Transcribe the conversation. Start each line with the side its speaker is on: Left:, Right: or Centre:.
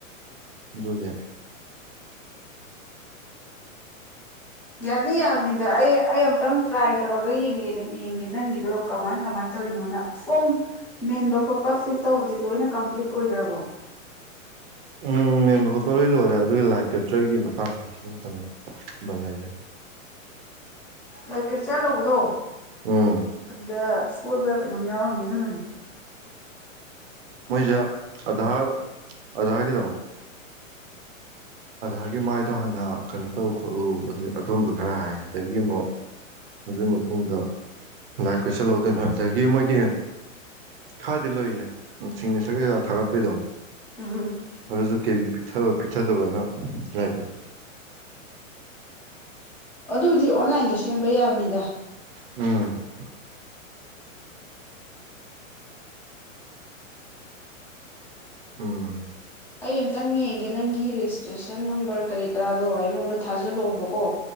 Right: ꯑꯗꯨꯒꯒꯦ
Centre: ꯌꯥꯗꯦ ꯌꯥꯕꯅꯤꯗ ꯑꯩ ꯑꯩ ꯑꯃꯨꯇꯪ ꯇ꯭ꯔꯥꯏ ꯇꯧꯔꯒ ꯌꯦꯡꯉꯦ ꯌꯦꯡꯒꯦ ꯅꯪꯒꯤꯗꯣ ꯀꯃꯥꯏ ꯀꯃꯥꯏꯅ ꯇꯧꯔꯤꯅꯣꯅ ꯐꯣꯝ ꯃꯦꯟꯕ ꯈꯣꯠꯄ ꯐꯤꯜ ꯇꯧꯕꯗꯤ ꯂꯣꯏꯅ ꯀꯝꯄ꯭ꯂꯤꯠ ꯑꯣꯏꯈ꯭ꯔꯕꯣ
Right: ꯎꯝ ꯃꯦꯟꯕ ꯈꯣꯠꯄ ꯂꯣꯏ ꯂꯣꯏꯔꯦ ꯑꯗꯨꯒꯤ ꯂꯥꯏꯚ ꯀꯦꯞꯆꯔꯒꯤ ꯃꯇꯥꯡꯛꯇ ꯂꯩꯔꯦ
Centre: ꯂꯛꯀꯔ ꯆꯂꯧꯕꯗꯣ
Right: ꯎꯝ
Centre: ꯑꯗꯨꯗ ꯁꯣꯏꯕ꯭ꯔꯥ ꯀꯩꯅꯣꯝ ꯌꯥꯎꯔꯝꯅꯦ ꯑꯗꯨꯅꯅꯤ
Right: ꯃꯣꯏꯁꯦ ꯑꯙꯥꯔ ꯑꯙꯥꯔꯒꯤꯗꯣ ꯑꯒꯤ ꯃꯥꯏꯗꯣ ꯍꯥꯟꯅ ꯀꯩꯅꯣ ꯇꯧ ꯈꯣꯠꯂꯎ ꯑꯗꯨꯒꯕ ꯈꯔ ꯍꯥꯏꯌꯦ ꯑꯗꯒꯤ ꯑꯃꯨꯛ ꯑꯗꯨꯒꯤ ꯃꯇꯨꯡꯗ ꯂ ꯂꯥꯏ ꯀꯣꯏꯁꯜꯍꯧꯗꯣꯏꯅ ꯑꯗꯒꯤ ꯃꯣꯏꯒꯤ ꯈꯔꯗꯤ ꯂꯩꯌꯦ ꯆꯤꯡꯂꯤꯁꯔ ꯀꯩꯀꯥ ꯊꯥꯒꯠꯄꯩꯗꯣ
Centre: ꯑꯝ
Right: ꯑꯗꯨꯁꯨ ꯀꯦꯕꯤ ꯄꯤꯛꯊꯕ ꯄꯤꯛ ꯆꯗꯧꯕꯅ ꯂꯥꯛꯕ
Centre: ꯑꯗꯨꯕꯨꯗꯤ ꯑꯣꯟꯂꯥꯏꯟꯗ ꯁꯦꯝꯕ ꯌꯥꯕꯅꯤꯗ
Right: ꯎꯝ ꯎꯝ
Centre: ꯑꯩ ꯑꯃꯝꯇꯪ ꯌꯦꯡꯒꯦ ꯅꯪꯒꯤ ꯔꯦꯖꯤꯁꯇ꯭ꯔꯦꯁꯟ ꯅꯝꯕꯔ ꯀꯔꯤ ꯀꯔꯥꯗꯣ ꯑꯩꯉꯣꯟꯗ ꯊꯥꯖꯤꯜꯂꯛꯑꯣꯕꯀꯣ